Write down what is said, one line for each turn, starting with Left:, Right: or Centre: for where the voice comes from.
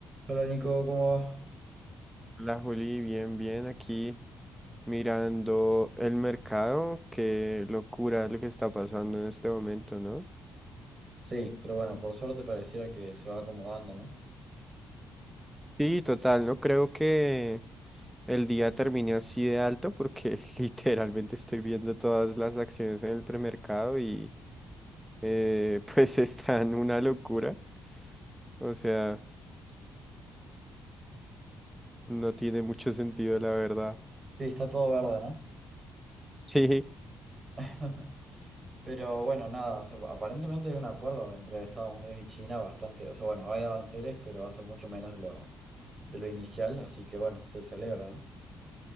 Right: Hola Nico, ¿cómo va?
Centre: La Juli, bien, bien, aquí mirando el mercado, qué locura lo que está pasando en este momento, ¿no?
Right: Sí, pero bueno, por suerte pareciera que se va acomodando, ¿no?
Centre: Sí, total, no creo que el día termine así de alto porque <laughs> literalmente estoy viendo todas las acciones en el premercado y eh, pues <laughs> están una locura, o sea, no tiene mucho sentido la verdad. <laughs>
Right: Sí, está todo verde, ¿no?
Centre: Sí,
Right: <laughs> Pero bueno, nada, o sea, aparentemente hay un acuerdo entre Estados Unidos y China bastante, o sea, bueno, hay aranceles, pero va a ser mucho menos de lo, de lo inicial, así que bueno, se celebra, ¿no?